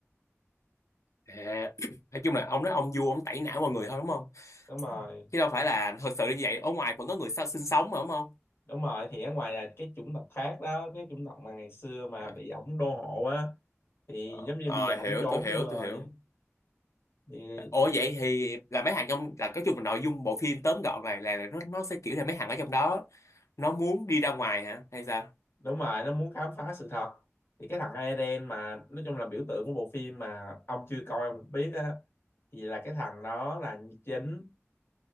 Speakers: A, on the left; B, on the left.
A: À, <clears throat> nói chung là ông nói ông vua ông tẩy não mọi người thôi đúng không?
B: đúng rồi
A: Chứ đâu phải là thật sự là như vậy. Ở ngoài vẫn có người sao sinh sống mà đúng không?
B: đúng rồi thì ở ngoài là cái chủng tộc khác đó cái chủng tộc mà ngày xưa mà
A: À,
B: bị ổng đô hộ á thì
A: ờ,
B: giống như
A: ờ,
B: bây giờ
A: hiểu
B: ổng trốn
A: tôi hiểu
B: nhưng rồi
A: tôi hiểu.
B: thì
A: Ủa vậy thì là mấy hàng trong là cái chung là nội dung bộ phim tóm gọn này là, là nó nó sẽ kiểu là mấy hàng ở trong đó nó muốn đi ra ngoài hả hay sao?
B: đúng rồi nó muốn khám phá sự thật thì cái thằng Eren mà nói chung là biểu tượng của bộ phim mà ông chưa coi ông cũng biết á thì là cái thằng đó là chính